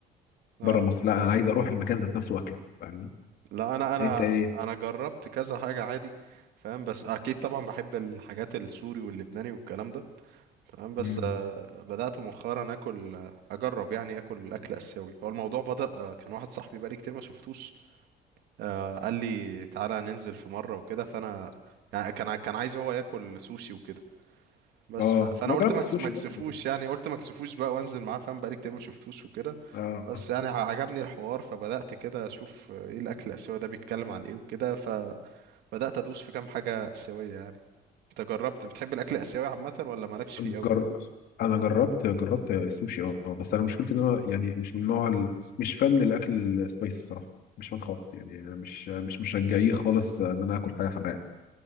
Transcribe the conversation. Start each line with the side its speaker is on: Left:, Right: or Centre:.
Right: اه
Left: بره مصر لا انا عايز اروح المكان ذات نفسه واكله فاهمني؟
Right: لا انا انا
Left: انت ايه؟
Right: انا جربت كذا حاجة عادي فاهم بس اكيد طبعا بحب الحاجات السوري واللبناني والكلام ده تمام بس
Left: مم.
Right: آه، بدأت مؤخرا اكل آه، اجرب يعني اكل اكل اسيوي هو الموضوع بدأ آه، كان واحد صاحبي بقالي كتير ما شفتوش آه، قال لي تعالى ننزل في مرة وكده فانا يعني كان ع- كان عايز هو ياكل سوشي وكده بس
Left: اه
Right: ف- فانا
Left: ما
Right: قلت
Left: جربت
Right: ما
Left: السوشي
Right: أكس- ما اكسفوش
Left: برضو
Right: يعني قلت ما اكسفوش بقى وانزل معاه فاهم بقالي كتير ما شفتوش وكده
Left: آه
Right: بس يعني ع- عجبني الحوار فبدأت كده اشوف آه، ايه الاكل الاسيوي ده بيتكلم عن ايه وكده فبدأت ادوس في كام حاجة اسيوية يعني انت جربت بتحب الاكل الاسيوي عامة ولا مالكش فيه
Left: جر...
Right: قوي
Left: انا جربت جربت السوشي اه بس انا مشكلتي ان انا يعني مش من نوع ال... مش فان للاكل السبايسي الصراحه مش فان خالص يعني أنا مش مش مش رجعيه خالص ان انا اكل حاجه حراقه